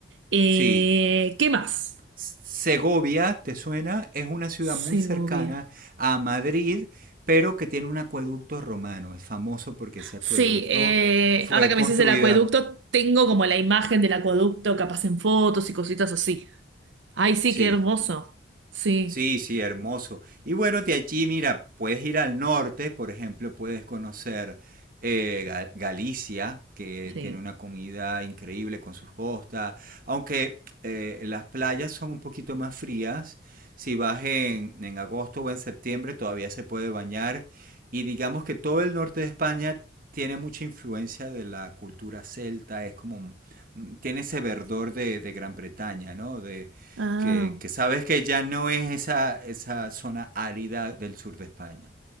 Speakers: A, on the right; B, on the right.
A: Eh,
B: Sí.
A: ¿qué más?
B: Segovia, ¿te suena? Es una ciudad
A: Segovia.
B: muy cercana a Madrid, pero que tiene un acueducto romano. Es famoso porque ese acueducto
A: Sí, eh,
B: fue
A: ahora que
B: construida.
A: me decís el acueducto, tengo como la imagen del acueducto, capaz en fotos y cositas así. Ay, sí,
B: Sí,
A: qué hermoso. Sí.
B: Sí, sí, hermoso. Y bueno, de allí, mira, puedes ir al norte, por ejemplo, puedes conocer eh, Ga- Galicia, que
A: Sí.
B: tiene una comida increíble con sus costas, aunque eh, las playas son un poquito más frías. Si vas en, en agosto o en septiembre, todavía se puede bañar. Y digamos que todo el norte de España tiene mucha influencia de la cultura celta, es como, mm, tiene ese verdor de, de Gran Bretaña, ¿no? De,
A: Ah,
B: que, que sabes que ya no es esa, esa zona árida del sur de España.